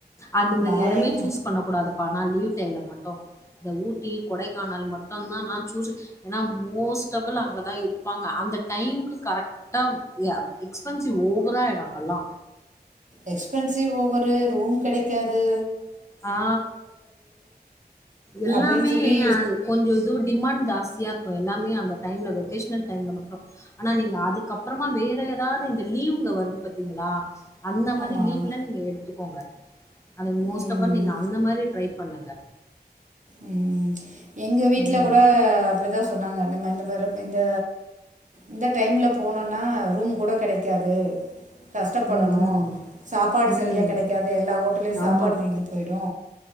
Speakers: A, on the left; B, on the right.
A: அந்த மாரி
B: நான்
A: எடமே
B: எங்க
A: சூஸ் பண்ணக்கூடாது பா நாலீவ் டைல மட்டோ இந்த ஊட்டி கொடைக்கானல் மட் ட்ந்தா நா சூசு என்னா மோஸ்டபள் அங்கதா இருப்பாங்க அந்த டைம்க்கு கரெக்டா யா எக்ஸ்பென்சிவ் ஓவராயிடு அங்கல்லா
B: எக்ஸ்பென்சிவு ஓவரு ரூம் கெடைக் காது
A: ஆ எல்லாமே
B: அப்படின்னு சொல்லி
A: அ கொஞ்சோ இதுவு டிமாண்ட் ஜாஸ்தியா இருக்கோ எல்லாமே அந்த டைம்ல வெகேஷ்னல் டைம்ல மட்டோ ஆனா நீங்க அதுக்கு அப்பறமா வேற ஏதாவது இந்த லீவ்ங்க வருது பத்தீங்ளா அந்த மாரி
B: ஆமாம்
A: லீவ்ல நீங்க எடுத்து போங்க அது மோஸ்ட்
B: ம்
A: ப்ப நீங்க அந்த மாரி ட்ரை பண்ணுங்க
B: ம் ம் எங்க வீட்டில
A: ம்.
B: கூட அப்டி தா சொன்னாங்க நம்ம இந்த மாரி இந்த இந்த டைம்ல போனோன்னா ரூம் கூட கெடைக்காது கஷ்டப்படனோ
A: ம், ம்.
B: சாப்பாடு
A: ம்.
B: சரியா கெடைக்காது எல்லா ஹோட்டலயு
A: ஆமா.
B: சாப்பாடு தீர்ந்து போய்டு